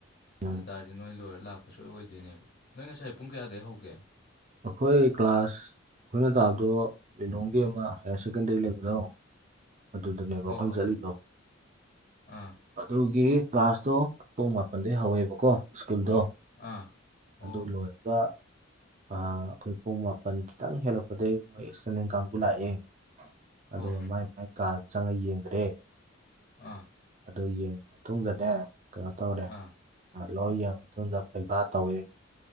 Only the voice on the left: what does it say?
ꯑꯗꯨ ꯇꯥꯔꯗꯤ ꯅꯣꯏ ꯂꯣꯏꯔ ꯂꯥꯛꯄ ꯁꯣꯏ ꯑꯣꯏꯗꯣꯏꯅꯦꯕ ꯅꯣꯏ ꯉꯁꯥꯏ ꯄꯨꯡ ꯀꯌꯥꯗꯩ ꯍꯧꯒꯦ
ꯍꯣꯏ ꯍꯣꯏ
ꯑꯥ
ꯑꯥ ꯍꯣ
ꯍꯣ
ꯎꯡꯍꯥ
ꯑꯥ